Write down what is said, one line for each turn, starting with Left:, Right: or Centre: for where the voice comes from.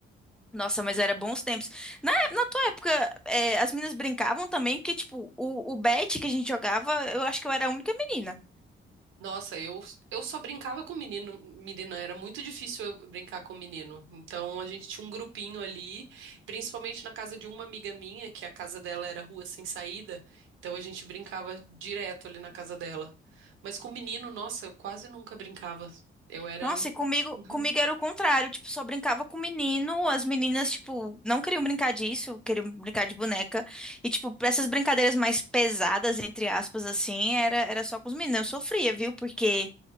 Centre: Nossa, mas era bons tempos. Na, na tua época, é, as meninas brincavam também, porque, tipo, o, o bet que a gente jogava, eu acho que eu era a única menina.
Right: Nossa, eu, eu só brincava com menino, menina, era muito difícil eu brincar com menino. Então a gente tinha um grupinho ali, principalmente na casa de uma amiga minha, que a casa dela era rua sem saída, então a gente brincava direto ali na casa dela. Mas com menino, nossa, eu quase nunca brincava. Eu era.
Centre: Nossa, e comigo,
Right: <laughs>
Centre: comigo era o contrário, tipo, só brincava com menino, as meninas, tipo, não queriam brincar disso, queriam brincar de boneca, e, tipo, pra essas brincadeiras mais pesadas, entre aspas, assim, era, era só com os meninos, eu sofria, viu, porque,